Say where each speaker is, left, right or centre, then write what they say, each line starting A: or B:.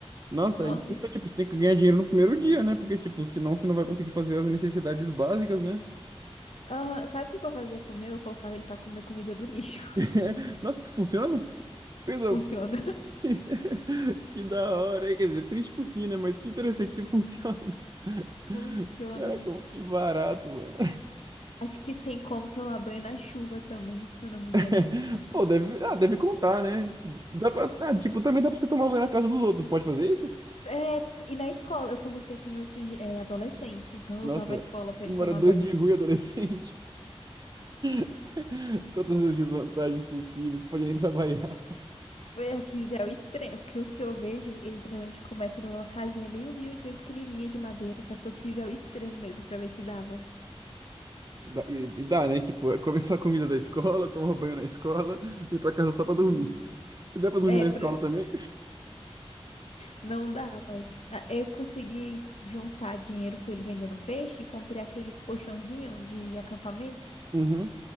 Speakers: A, on the right; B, on the left.
A: Nossa,
B: Nossa,
A: aí, então,
B: e-
A: tipo, você tem
B: sim.
A: que ganhar dinheiro no primeiro dia, né? Porque, tipo, senão você não vai conseguir fazer as necessidades básicas, né?
B: Aham, sabe o que que eu fazia com o meu? Eu colocava ele pra comer comida do lixo.
A: <laughs> Nossa, isso funciona? Coisa
B: Funciona.
A: <laughs> Que da hora, hein? Quer dizer, triste por si, né? Mas que interessante que funciona. <laughs>
B: <laughs> Funciona.
A: Caraca, que barato, mano.
B: Acho que tem como tomar banho na chuva também, se eu não me engano.
A: <laughs> Pô, deve, ah, deve contar, né? Dá pra, ah, tipo, também dá pra você tomar banho na casa dos outros. Pode fazer isso?
B: É, e na escola, eu comecei com o meu singe- é, adolescente, então
A: Nossa,
B: eu usava a escola pra
A: um
B: ele
A: morador
B: tomar banho.
A: de rua e adolescente. <laughs> Todas as desvantagens possíveis, pode nem trabalhar.
B: Foi o que é o extremo, porque os que eu vejo, eles geralmente começam numa casinha bem humilde, bem pequenininha de madeira, só que eu quis é o extremo mesmo pra ver se dava.
A: Dá- E, e dá, né? Tipo, é comer só comida da escola, tomar banho na escola, <laughs> ir pra casa só pra dormir.
B: Hum.
A: Se der pra dormir
B: É,
A: na
B: pra...
A: escola também.
B: não dá, mas ah, eu consegui juntar dinheiro com ele vendendo peixe e comprei aqueles colchãozinhos de acampamento.
A: <laughs> Uhum.